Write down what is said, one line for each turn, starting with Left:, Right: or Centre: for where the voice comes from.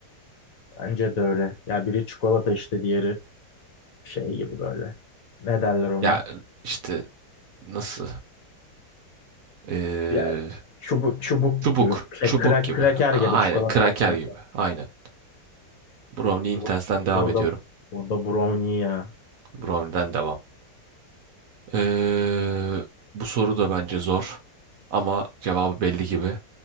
Left: Bence de öyle. Ya biri çikolata işte diğeri şey gibi böyle. Ne derler ona?
Right: Ya işte nasıl? Eee,
Left: Biraz çubuk çubuk
Right: çubuk.
Left: gibi. Şey,
Right: Çubuk
Left: kra
Right: gibi.
Left: kraker
Right: A-
Left: gibi
Right: Aynen.
Left: çikolata
Right: Kraker
Left: ve kraker.
Right: gibi. Aynen. Brownie Intense'den
Left: Bu-
Right: devam
Left: Burada
Right: ediyorum.
Left: burada brownie ya.
Right: Brownie'den devam. Ee, bu soru da bence zor ama cevabı belli gibi.